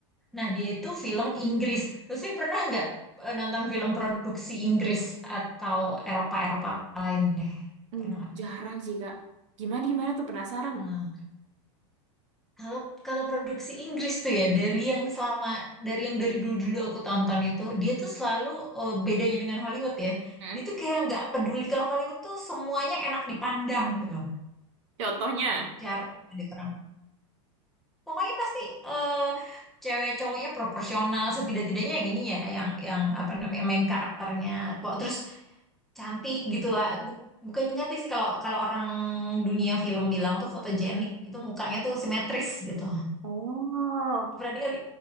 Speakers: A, in the centre; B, on the right.
A: Nah, dia itu film Inggris. Lutfi pernah enggak eh, nonton film produksi Inggris atau Eropa-Eropa lain deh?
B: hmm,
A: Pernah enggak?
B: jarang sih Kak. Gimana gimana tuh penasaran?
A: Hmm. Kalau kalau produksi Inggris tuh ya dari yang selama dari yang dari dulu-dulu aku tonton itu dia tuh selalu eh, bedanya dengan Hollywood ya.
B: Hmm,
A: Dia tuh kayak nggak peduli kalau Hollywood tuh semuanya enak dipandang gitu.
B: Contohnya?
A: Jarang ada orang. Pokoknya pasti eh, cewek cowoknya proporsional setidak-tidaknya yang ini ya yang yang apa namanya main karakternya. Kok terus cantik gitulah Bukan cantik sih kalau kalau orang dunia film bilang tuh fotogenik itu mukanya tuh simetris gitu.
B: Oh,
A: Pernah dengar